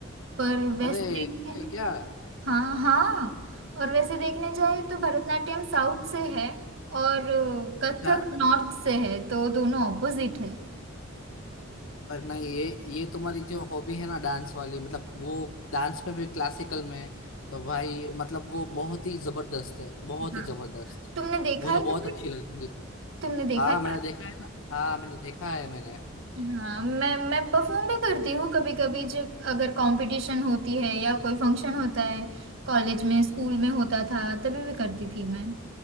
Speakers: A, on the right; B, on the left.
A: पर
B: अरे
A: वैसे देखें
B: ऐसा है क्या
A: हाँ हाँ और वैसे देखने जाए तो भरतनाट्यम साउथ से है और अ, कथक
B: हाँ
A: नॉर्थ से है तो दोनों ऑपोजिट है <laughs>
B: पर नहीं ये ये तुम्हारी जो हॉबी है ना डांस वाली मतलब वो डांस में भी क्लासिकल में तो भाई मतलब वो बहुत ही जबरदस्त है बहुत
A: हाँ
B: ही जबरदस्त
A: तुमने देखा
B: मुझे
A: है
B: बहुत
A: कभी
B: अच्छी लगी
A: तुमने देखा
B: हाँ
A: है कभी?
B: मैंने देखा है ना हाँ मैंने देखा है मैंने
A: हाँ मैं मैं परफॉर्म भी करती हूँ कभी कभी जब अगर कंपटीशन होती है या कोई फंक्शन होता है कॉलेज में स्कूल में होता था तभी भी करती थी मैं